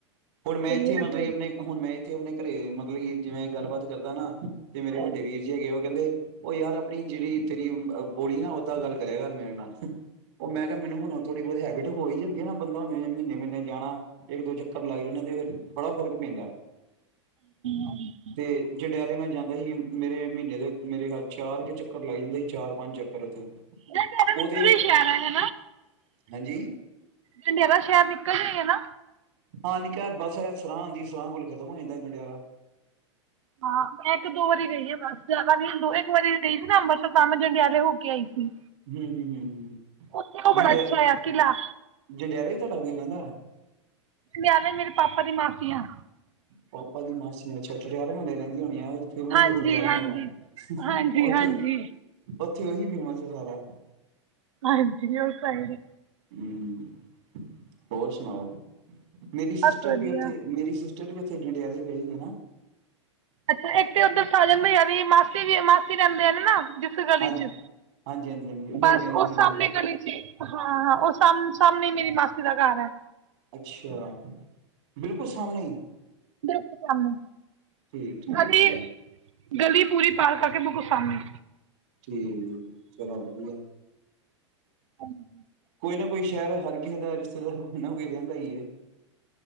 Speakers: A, on the right; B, on the right.
A: ਹੁਣ
B: ਹਾਂਜੀ
A: ਮੈਂ ਇਥੇ ਮਤਲਬ
B: ਹਾਂਜੀ
A: ਆਪਣੇ ਹੁਨ ਵੇ ਇੱਥੇ ਆਪਣੇ ਘਰੇ ਮਤਲਬ ਕਿ ਜਿਵੇਂ ਗੱਲਬਾਤ ਕਰਦਾ ਨਾ ਤੇ ਮੇਰੇ
B: ਹਾਂਜੀ
A: ਵੱਡੇ ਵੀਰ ਜੀ ਹੈਗੇ ਉਹ ਕਹਿੰਦੇ ਉਹ ਯਾਰ ਆਪਣੀ ਜਿਹੜੀ ਤੇਰੀ ਬੋਲੀ ਨਾ ਓਦਾਂ ਗੱਲ ਕਰਿਆ ਯਾਰ ਮੇਰੇ ਨਾਲ। ਉਹ ਮੈਂ ਕਿਹਾ ਮੈ ਥੋੜੀ <unintelligible> ਹੋ ਹੀ ਜਾਂਦੀ ਆ ਨਾ। ਬੰਦਾ ਹ ਮਹੀਨੇ ਮਹੀਨੇ ਜਾਣਾ, ਇੱਕ ਦੋ ਚੱਕਰ ਲੱਗ ਜਾਣੇ ਤੇ ਫਿਰ ਬੜਾ ਫ਼ਰਕ ਪੈਂਦਾ।
B: ਹਾਂਜੀ
A: ਤੇ ਜੰਡਿਆਲੇ ਮੈਂ ਜਾਂਦਾ ਸੀ ਮੇਰੇ ਮਹੀਨੇ ਦੇ ਮੇਰੇ ਖਿਆਲ ਚਾਰ ਕੇ ਚੱਕਰ ਲੱਗ ਜਾਂਦੇ ਸੀ ਚਾਰ-ਪੰਜ ਚੱਕਰ
B: ਨ
A: ਉਹ ਤੇ
B: ਵੀ ਸਿਆਰ ਹੈ <unintelligible>
A: ਹਾਂਜੀ
B: ਜੰਡਿਆਲਾ ਸ਼ਹਿਰ ਨਿੱਕਾ ਜਿਹਾ ਹੀ ਹੈ ਨਾ।
A: ਹਾਂ ਨਿੱਕਾ ਬਸ ਇਹ ਸਰਾਂ ਆਉਂਦੀ, ਸਰਾਂ ਕੋਲ ਖਤਮ ਹੋ ਜਾਂਦਾ ਜੰਡਿਆਲਾ।
B: ਹਾਂ ਮੈਂ ਇੱਕ ਦੋ ਵਾਰੀ ਗਈ ਆ ਬਸ। ਜ਼ਿਆਦਾ ਨ ਦੋ ਇੱਕ ਵਾਰੀ ਗਈ ਸੀ ਨਾ ਅੰਬ ਤਾ ਮੈਂ ਜੰਡਿਆਲੇ ਹੋ ਕੇ ਆਈ ਸੀ।
A: ਹਮ ਹਮ ਹਮ
B: ਉੱਥੇ ਉਹ ਬੜਾ
A: ਜਿੰਡਿਆ
B: ਅੱਛਾ ਆ ਕਿਲ੍ਹਾ
A: ਜਿੰਡਿਆਲੇ ਵੀ ਰਹਿੰਦਾ <unintelligible>
B: ਨਾਲੇ ਮੇਰੇ ਪਾਪਾ ਦੀ ਮਾਸੀ ਆ
A: ਪਾਪਾ ਦੀ ਮਾਸੀੀਆਂਛ ਟਿਆਰੇ ਮਹੱਲੇ ਰਹਿੰਦੀ ਹੋਣੀ ਆ ਫੇਮਸ
B: ਹਾਂਜੀ
A: ਟਿਆਰਾ
B: ਹਾਂਜੀ
A: ਮੁਹੱਲਾ
B: ਹਾਂਜੀ
A: ਉੱਥੇ
B: ਹਾਂਜੀ
A: ਉੱਥੇ ਉਹੀ ਫੀਮ ਸਾਰਾ
B: ਹਾਂਜੀ ਉਹ ਸਹੀ
A: ਹਮ ਹੋਰ ਸੁਣਾਓ ਮੇਰੀ ਸਿਸਟਰ
B: ਬਸ ਵਧੀਆ
A: ਵੀ ਉੱਥੇ ਮੇਰੀ ਸ ਕਿਥੇ ਡੰਡਿਆ ਦੇ ਪਏ ਹਨਾ
B: ਅੱਛਾ ਇੱਕ ਤੇ ਉੱਧਰ ਸਜਦੀ ਆ ਵੀ ਮਾਸੀ ਵੀ ਮਾਸੀ ਰਹਿੰਦੇ ਆ ਨਾ ਜਿੱਥ ਗਲੀ
A: ਹਾਂਜੀ
B: ਚ
A: ਹਾਂਜੀ ਹਾਂਜੀ ਹਾਂਜੀ ਮੋਟਿਆਂ
B: ਬਸ
A: ਦੀ ਫੈਮਿਲੀ
B: ਉਸ ਸਮਣੇ ਗਲੀ ਚ ਹਾਂ ਹਾਂ ਉਹ ਸ ਸਾਹਮਣੇ ਮੇਰੀ ਮਸ ਦਾ ਘਰ ਹੈ
A: ਅੱਛਾ ਬਿਲਕੁਲ ਸਾਹਮਣੇ ਹੀ
B: ਕੰਮਣੇ
A: ਠੀਕ ਠੀਕ
B: ਗਲੀ
A: ਠੀਕ
B: ਗਲੀ ਪੂਰੀ ਪਾਰ ਕਰਕੇ ਬੁੱਕੁਸਾਮਣੇ
A: ਠੀਕ, ਚਲੋ ਵਧੀਆ।
B: ਹਾਂਜੀ।
A: ਕੋਈ ਨਾ ਕੋਈ ਸ਼ਹਿਰ, ਹਰ ਕਿਸੇ ਦਾ ਰਿਸ਼ਤੇਦਾਰ, ਕੋਈ ਨਾ ਕੋਈ ਰਹਿੰਦਾ ਹੀ ਏ।